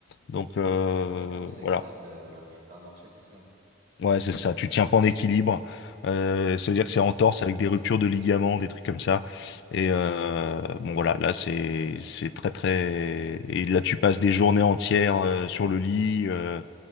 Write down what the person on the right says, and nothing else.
Ouais.
En fait, quand c'est
grave, euh, on n'arrive pas à marcher, c'est ça?